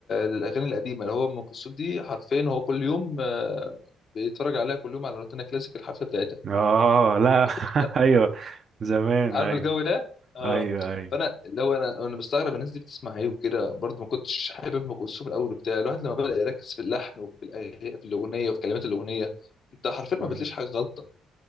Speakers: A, on the left; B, on the right.
A: للاغاني القديمه اللي هو ام كلثوم دي حرفيا هو كل يوم آه، بيتفرج عليها كل يوم على روتانا كلاسيك الحفله بتاعتها
B: اه لا
A: فكنت
B: <laughs> ايوه زمان
A: عارف
B: ايوه
A: الجو ده اه
B: ايوه ايوه
A: فانا اللي هو انا انا مستغرب الناس دي بتسمع ايه وكده برضه ما كنتش حابب ام كلثوم الاول وبتاع الواحد لما بدا يركز في اللحن وفي الأغ- في الاغنيه وفي كلمات الاغنيه انت حرفيا ما
B: مم.
A: بتلاقيش حاجه غلطه